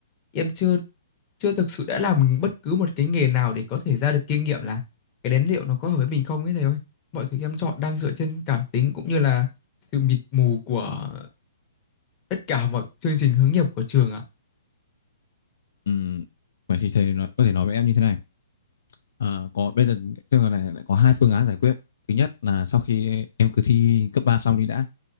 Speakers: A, on the left; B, on the left.
A: em chưa chưa thực sự đã làm bất cứ một cái nghề nào để có thể ra được kinh nghiệm là cái đến liệu nó có hợp với mình không ấy thầy ơi mọi thứ em chọn đang dựa trên cảm tính cũng như là sự mịt mù của tất cả mọi chương trình hướng nghiệp của trường ạ
B: Ừm, Vậy thì thầy nói, có thể nói với em như thế này. Ờ, có bây giờ trường hợp này lại có hai phương án giải quyết. Thứ nhất là sau khi em cứ thi cấp 3 xong đi đã,